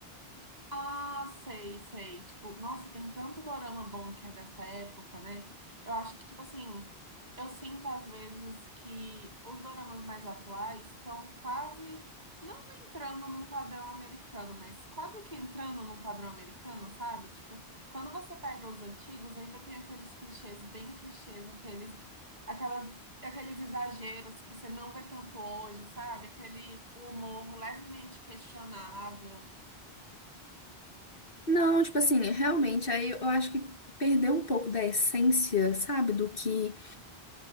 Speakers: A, on the right; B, on the left.
A: Ah, sei, sei. Tipo, nossa, tem tanto dorama bom que é dessa época, né? Eu acho que, tipo assim, eu sinto às vezes que os doramas mais atuais estão quase, não entrando num padrão americano, mas quase que entrando num padrão americano, sabe? Tipo, quando você pega os antigos, ainda tem aqueles clichês bem clichês, aqueles, aquelas, aqueles exageros que você não vê tanto hoje, sabe? Aquele humor levemente questionável.
B: Não, tipo assim, realmente, aí eu acho que perdeu um pouco da essência, sabe, do que